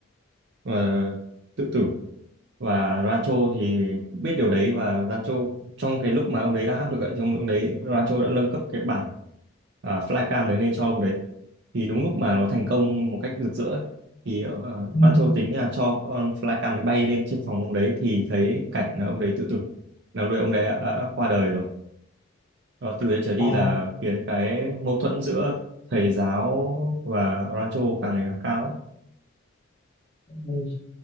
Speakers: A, on the right (about 55°); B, on the left (about 35°).
A: ờ, tự tử và Rancho thì biết điều đấy và Rancho trong cái lúc mà ông đấy đang áp lực ấy, thì ông lúc đấy Rancho đã nâng cấp cái bản à, flycam đấy lên cho ông đấy thì đúng lúc mà nó thành công một cách rực rỡ ấy, thì ờ,
B: ừ.
A: Rancho tính là cho con flycam đấy bay lên trên phòng ông đấy thì thấy cảnh là ông đấy tự tử là lúc đấy ông đấy đã, đã qua đời rồi Đó, từ đấy trở đi
B: Ờ,
A: là khiến cái mâu thuẫn giữa thầy giáo và Rancho càng ngày càng cao
B: mình